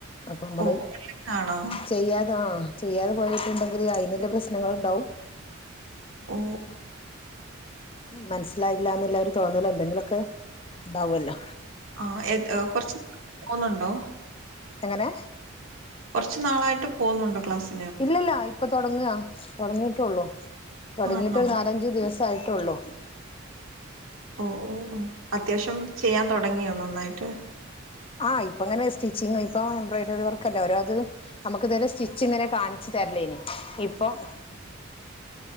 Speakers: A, on the left; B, on the right.
A: അപ്പമ്മള്
B: ഓ ഓൺലൈൻ ആണോ?
A: ചെയ്യാതാ ആ ചെയ്യാതെ പോയിട്ട്ണ്ടെങ്കില് അയിന്ള്ള പ്രശ്നങ്ങള്ണ്ടാവും.
B: ഓ.
A: മൻസ്സ്ലായില്ലാന്ന്ല്ലൊരു തോന്നലോ എന്തെങ്കിലൊക്കെ ണ്ടാവല്ലോ.
B: ആ ഏത് കൊർച്ച് നേരം പോന്നുണ്ടോ?
A: എങ്ങനെ.
B: കൊർച്ചു നാളായിട്ട് പോന്നുണ്ടോ ക്ലാസ്
A: ഇല്ലല്ല ഇപ്പൊ തൊടങ്ങാ. തൊട്ങ്ങീട്ടുള്ളു. തൊട്ങ്ങീട്ട്
B: ആണോ?
A: നാലഞ്ചു ദിവസായിട്ട്ള്ളൂ.
B: ഓ, ഓ, ഓ. അത്യാവശ്യം ചെയ്യാൻ തൊടങ്ങിയോ നന്നായിട്ട്?
A: ആഹ്. ഇപ്പ ഇങ്ങനെ സ്റ്റിച്ചിങ് ഇപ്പൊ എംബ്രോയ്ഡറി വർക്കല്ലെ ഓരോത് നമ്മക്ക് തെരെ സ്റ്റിച്ചിങ്ങനെ കാണിച്ച് തര്ലേനി. ഇപ്പം